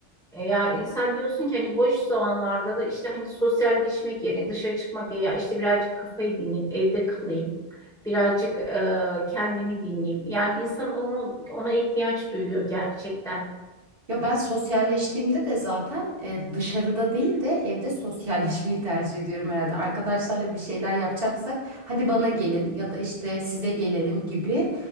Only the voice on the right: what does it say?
Ya ben sosyalleştiğimde de zaten e, dışarıda değil de evde sosyalleşmeyi tercih ediyorum herhalde. Arkadaşlarla bir şeyler yapacaksak hadi bana gelin ya da işte size gelelim gibi